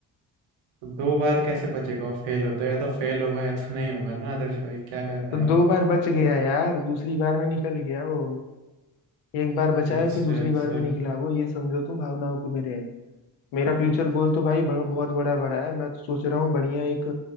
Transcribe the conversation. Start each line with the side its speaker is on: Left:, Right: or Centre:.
Right: तो दो बार कैसे बचेगा वो फेल होता है या तो फेल होगा या तो नहीं होगा ना आदर्श भाई क्या कर रहे
Left: तो
Right: हैं
Left: दो
Right: आप
Left: बार बच गया यार दूसरी बार में निकल गया वो एक बार बचाया
Right: अच्छा
Left: फिर दूसरी
Right: अच्छा
Left: बार में निकला वो ये समझो तुम भावनाओं को मेरे मेरा फ्यूचर गोल तो भाई बड़ा बहुत बड़ा बड़ा है मैं तो सोच रहा हूँ बढ़िया एक